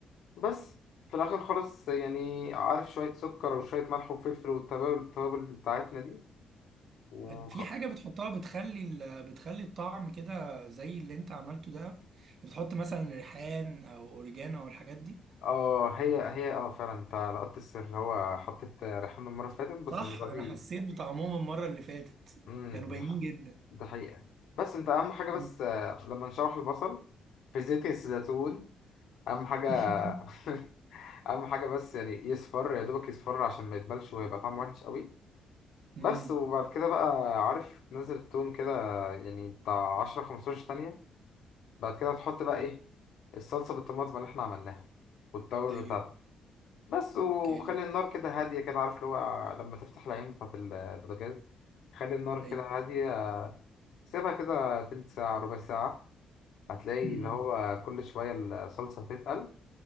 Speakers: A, on the left (about 70°); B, on the right (about 55°).
A: بس في الآخر خالص يعني عارف شوية سكر وشوية ملح وفلفل والتوابل التوابل بتاعتنا دي وخ...
B: في حاجه بتحطها بتخلي ال- بتخلي الطعم كده زي اللي انت عملته ده يعني بتحط مثلا ريحان او اوريجانو او الحاجات دي
A: اه هي هي اه فعلا انت لقطت السر هو حطيت ريحان المرة اللي فاتت بس
B: صح
A: المرة
B: انا
A: دي
B: حسيت بطعمهم المره اللي فاتت
A: امم
B: كانوا باينين
A: ده ح-
B: جدا
A: ده حقيقة بس انت أهم حاجة
B: مم.
A: بس آه، لما نشوح البصل في زيت الزيتون اهم حاجه
B: <laughs>
A: <laughs> اهم حاجه بس يعني يصفر يا دوبك يصفر عشان ما يتبلش ويبقى طعمه وحش قوي بس
B: امم
A: وبعد كده بقى عارف تنزل التوم كده يعني بتاع 10 15 ثانيه بعد كده تحط بقى
B: لا.
A: ايه الصلصه بالطماطم اللي احنا عملناها والتوابل
B: ايوه
A: بتاعتها بس وخلي
B: اوكي
A: النار كده هاديه كده عارف اللي هو لما تفتح العين بتاعت البوتاجاز خلي النار كده
B: ايوه
A: هاديه سيبها كده تلت ساعه ربع ساعه هتلاقي
B: امم
A: اللي هو كل شويه الصلصه بتتقل